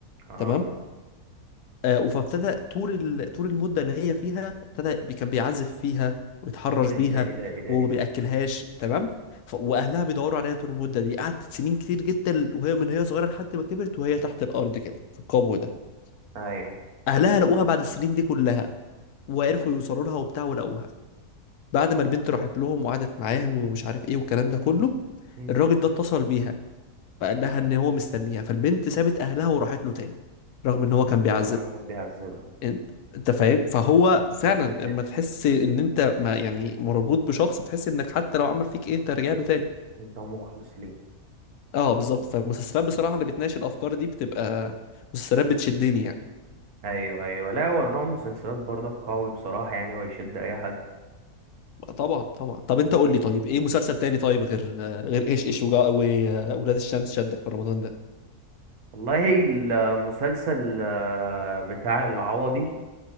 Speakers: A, on the right (about 70°); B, on the left (about 80°).
A: اه
B: تمام آه، فابتدى طول ال... طول المده اللي هي فيها ابتدى بي- كان بيعزف فيها ويتحرش
A: ايه ده
B: بيها
A: ايه ده ايه ده ايه ده
B: وما
A: ايه ده
B: بياكلهاش تمام ف... واهلها بيدوروا عليها طول المده دي قعدت سنين كتير جدا وهي من هي صغيره لحد ما كبرت وهي تحت الارض كده في القبو ده
A: ايوه
B: اهلها لقوها بعد السنين دي كلها وعرفوا يوصلوا لها وبتاع ولقوها بعد ما البنت راحت لهم وقعدت معاهم ومش عارف ايه والكلام ده كله
A: امم
B: الراجل ده اتصل بيها فقال لها ان هو مستنيها فالبنت سابت اهلها وراحت له تاني رغم ان هو كان بيعذبها
A: رغم انا كان بيعذبها
B: انت انت فاهم فهو فعلا
A: مأساة
B: لما تحس ان انت ما يعني مربوط بشخص تحس انك حتى لو عمل فيك ايه انت رجع له تاني
A: انت مخلص ليه
B: اه بالظبط فالمسلسلات بصراحه اللي بتناقش الافكار دي بتبقى مسلسلات بتشدني يعني
A: ايوه ايوه لا هو نوع مسلسلات برضك قوي بصراحه يعني هو يشد اي حد
B: طبعا طبعا طب انت قول لي طيب ايه مسلسل تاني طيب غير غير ايش ايش وجا- و- واولاد الشمس شدك في رمضان
A: والله المسلسل آه، بتاع العوضي